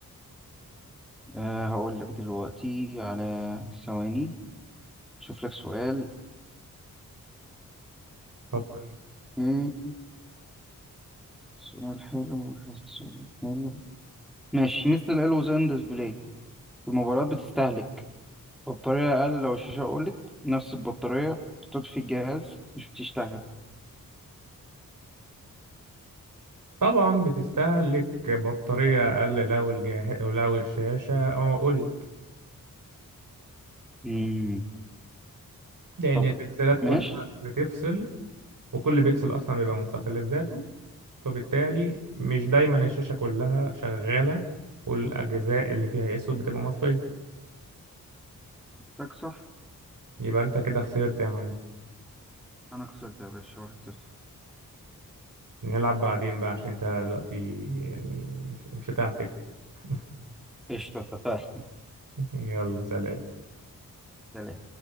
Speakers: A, in the centre; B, on the right.
A: أه هقول لك دلوقتي على ثواني شوف لك سؤال
B: فكر
A: مم، سؤال حلو سؤال حلو ماشي مثل الألوز أند ديسبلاي في مباراة بتستهلك بطارية أقل لو الشاشة أولد نفس البطارية بتطفي الجهاز مش بتشتغل
B: طبعا بتستهلك بطارية أقل لو الجهاز لو الشاشة آه، أولد
A: مم.
B: لأن
A: طب
B: البكسلات كلها
A: ماشي
B: بتفصل وكل بكسل أصلا بيبقى مستقل بذاته فبالتالي مش دايما الشاشة كلها شغالة والأجزاء اللي فيها أسود بتبقى مطفية
A: تك صح
B: يبقى أنت كده خسرت يا معلم
A: أنا خسرت يا باشا واحد صفر
B: نلعب بعدين بقى عشان أنت دلوقتي يعني مش مش هتعرف تكسب <laughs>
A: قشطة اتفقنا
B: يلا سلام
A: سلام